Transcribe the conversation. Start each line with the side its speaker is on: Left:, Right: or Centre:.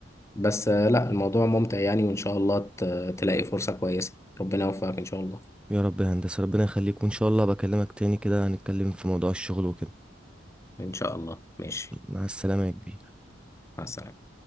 Left: بس آه، لا الموضوع ممتع يعني وإن شاء الله ت- تلاقي فرصة كويسة ربنا يوفقك إن شاء الله
Centre: يا رب يا هندسة ربنا يخليك وإن شاء الله بكلمك تاني كده هنتكلم في موضوع الشغل وكده
Left: إن شاء الله ماشي
Centre: مع السلامة يا كبير
Left: مع السلامة